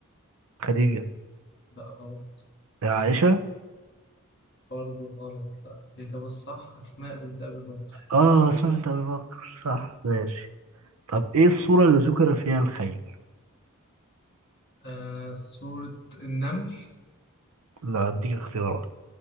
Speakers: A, on the right (about 80°); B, on the left (about 50°).
A: خديجة
B: لأ غلط
A: عائشة
B: برضه غلط لأ الإجابة الصح أسماء بنت أبي بكر
A: اه عثمان بن ابي بكر صح ماشي طب ايه الصورة اللي ذكر فيها الخيل
B: آه سورة النمل
A: لا هديك اختيارات